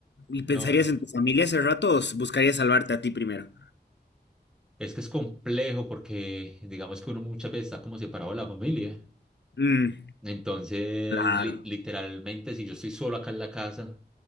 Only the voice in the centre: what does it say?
No,
no.
Es que es complejo porque digamos que uno muchas veces está como separado de la familia.
Entonces,
li- literalmente, si yo estoy solo acá en la casa,